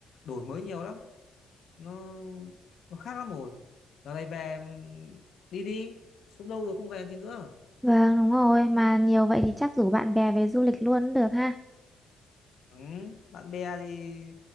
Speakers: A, on the left (about 65°); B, in the centre.
A: đổi mới nhiều lắm nó nó khác lắm rồi giờ này về ừ, đi đi sống lâu rồi không về gì nữa
B: vâng đúng rồi mà nhiều vậy thì chắc rủ bạn bè về du lịch luôn cũng được ha
A: ừ, bạn bè thì